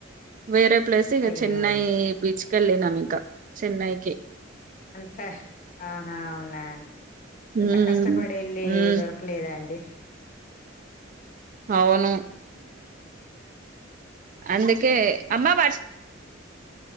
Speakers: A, on the right; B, on the left.
A: వేరే ప్లేస్ ఇక
B: అయ్యో
A: చెన్నై బీచ్ కి వెళ్ళినాం ఇంకా చెన్నైకి
B: అంతే ఆ అవునా అంత
A: మ్మ్
B: కష్టపడి వెళ్ళి
A: మ్మ్
B: దొరకలేదా అండి
A: అవును అందుకే అమ్మా వర్షం